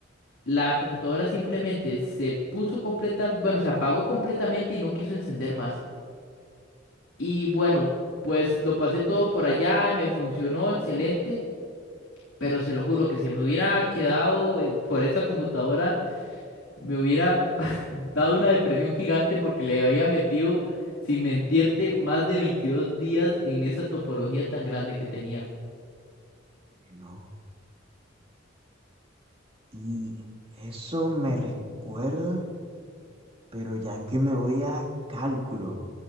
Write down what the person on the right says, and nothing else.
no. Y eso me recuerda, pero ya que me voy a cálculo,